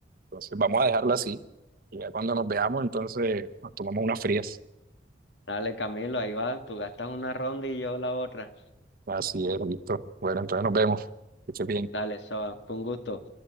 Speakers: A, on the right; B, on the left.
A: entonces vamos a dejarlo así. Y ya cuando nos veamos, entonces nos tomamos unas frías.
B: Dale, Camilo, ahí va, tú gastas una ronda y yo la otra.
A: Así es, listo. Bueno, entonces nos vemos. Que estés bien.
B: Dale, Soba, fue un gusto.